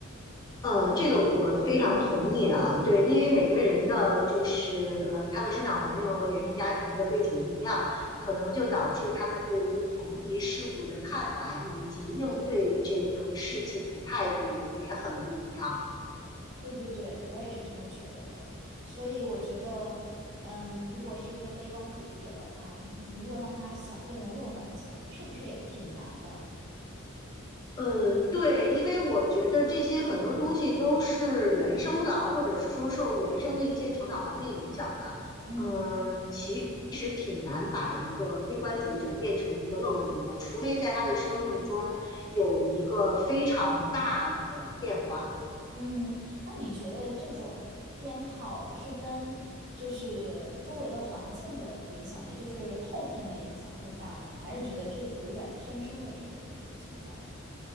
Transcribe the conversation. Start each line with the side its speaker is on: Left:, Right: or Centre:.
Left: 呃，这个我非常同意啊，对，因为每个人的就是呃他的生长环境和原生家庭的背景不一样，可能就导致他们对于同一事物的看法以及应对这个事情的态度也很不一样。
Right: 对对对，我也是这么觉得的。所以我觉得，嗯，如果是一个悲观主义者的话，你如果让他想变得乐观起来，是不是也挺难的？
Left: 呃，对，因为我觉得这些很多东西都是原生的啊，或者是说受原生的一些成长环境影响的。
Right: 嗯。
Left: 嗯，其实挺难把一个悲观主义者变成一个乐观主义者，除非在他的生命中有一个非常大的变化。
Right: 嗯，那你觉得这种偏好是跟就是周围的环境的影响，也就是后天的影响更大呢？你还是觉得这有点儿天生的成分是存在的？